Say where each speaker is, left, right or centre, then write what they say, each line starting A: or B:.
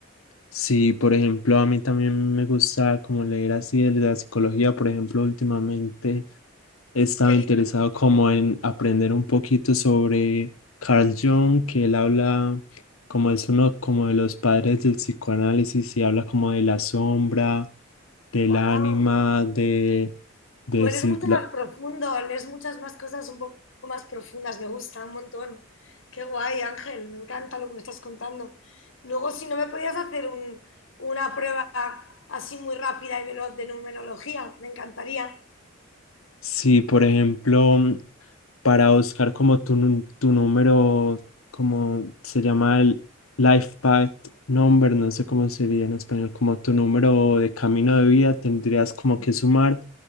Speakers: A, on the left (about 85°); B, on the left (about 65°).
A: Sí, por ejemplo, a mí también me gusta como leer así de la psicología, por ejemplo, últimamente He estado
B: ¡Qué libro!
A: interesado como en aprender un poquito sobre Carl Jung, que él habla como es uno como de los padres del psicoanálisis y habla como de la sombra, del
B: ¡Wow!
A: ánima, de, de
B: Tú eres
A: si,
B: mucho
A: la-
B: más profundo, lees muchas más cosas un poco más profundas, me gusta un montón. Qué guay, Ángel, me encanta lo que me estás contando. Luego, si no me podías hacer un- una prueba así muy rápida y veloz de numerología, me encantaría.
A: si, por ejemplo para buscar como tu, nu- tu número, como se llama el life path number, no sé cómo sería en español, como tu número de camino de vida, tendrías como que sumar